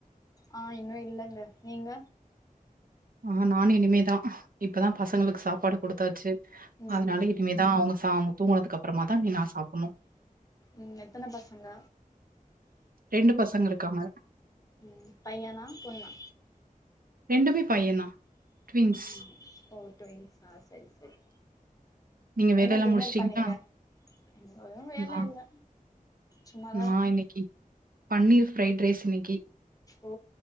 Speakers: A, on the left (about 25°); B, on the right (about 75°).
A: ஆ இன்னு இல்லங்க நீங்க
B: ஆ நானு இனிமேதா இப்பதா பசங்களுக்கு சாப்பாடு குடுத்தாச்சு
A: ம்
B: அதுனால இனிமேதா அவுங்க சா அவுங்க தூங்குனதுக்கப்றமாதா இனி நா சாப்புட்ணு
A: ம் எத்தன பசங்க
B: ரெண்டு பசங்க இருக்காங்க
A: ம் பையனா பொண்ணா
B: ரெண்டுமே பையந்தா ட்வின்ஸ்
A: ம் ஓ ட்வின்ஸா செரி செரி
B: நீங்க
A: என்ன
B: வேலையெல்லா
A: டின்னர்
B: முடிச்சுட்டீங்களா
A: பண்ணீங்க இன்னோது வேல
B: நா
A: இல்ல சும்மாதா
B: நா
A: இருக்க
B: இன்னைக்கு பன்னீர் ஃப்ரைட் ரைஸ் இன்னைக்கி
A: ஓ